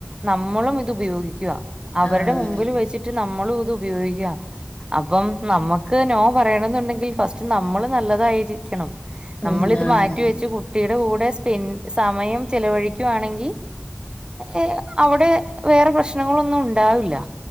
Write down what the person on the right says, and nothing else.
നമ്മളും ഇത് ഉപയോഗിക്കുവാ. അവരുടെ
മുമ്പില് വെച്ചിട്ട് നമ്മളും ഇത് ഉപയോഗിക്കുവാ അപ്പം നമ്മക് ക്ക് നോ പറയണെന്നുണ്ടെങ്കിൽ ഫസ്റ്റ് നമ്മള് നല്ലതായിരിക്കണം. നമ്മളിത്
മാറ്റിവെച്ച് കുട്ടിയുടെ കൂടെ സ്പെൻ സമയം ചെലവഴിക്കുവാണെങ്കി. ഏ അവ്ടെ വേറെ പ്രശ്നങ്ങളൊന്നും ഉണ്ടാവില്ല.